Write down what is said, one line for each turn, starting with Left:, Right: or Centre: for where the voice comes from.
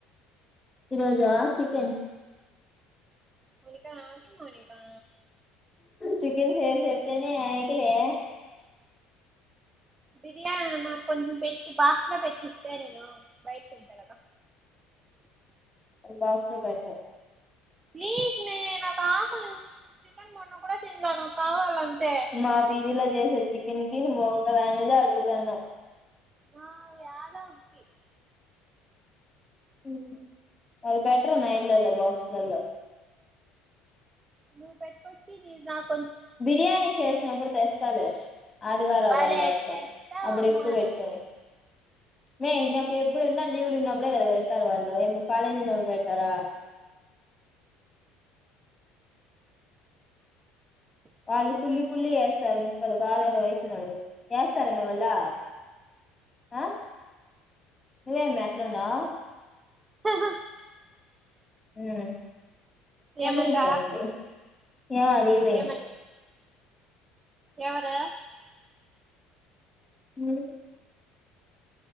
Left: ఈ రోజా చికెన్
Right: మోనికా ఆగి మోనికా
Left: చికెన్ ఫేస్ అయితేనే ఎయకిలే
Right: బిర్యాన నాకు కొంచెం పెట్టి బాక్స్ లో పెట్టిస్తే నేను బయట తింటా కదా
Left: బాక్స లో పెట
Right: ప్లీస్ మే నాక్ ఆకలీ చికెన్ మొన్న కూడ తినలే నా కావాలంతే
Left: మా పీజీలో చేసే చికెన్ కి నువ్వు ఒక్క ధానివి అడుగుతన్నావ్
Right: నా యాదో ఒకటి
Left: హమ్ వాల్ బెట్రూ నైట్లలో బాక్స్ లల్లా
Right: నువ్వు పట్టుకొచ్చి నీది నాక్
Left: బిర్యానీ చేసినప్పుడు తెస్ తలే ఆదివారాలల్లో
Right: భలే
Left: అట్ల
Right: తెస్తావమ్మా
Left: అబుడు ఎక్కువ పెట్టుకొని
Right: నువ్వు
Left: మే నాకు ఎబుడన్నా లీవులు ఉన్నప్పుడే కదా పెడతారు వాళ్ళు ఏమో కాలేజ్ ఉన్నప్పుడు పెడతారా వాళ్ళు కుళ్లి కుళ్లి ఎస్తరు ముక్కలు కావాలంటే వైషుని అడుగు యస్తర మే వాళ్ళు ఆ నువ్వేమీ అట్లున్నావు
Right: ఆహా
Left: హమ్ <unintelligible>
Right: ఏమంట
Left: <unintelligible> ఏమో అలిగి పోయింది
Right: ఏమంట ఎవరు
Left: హమ్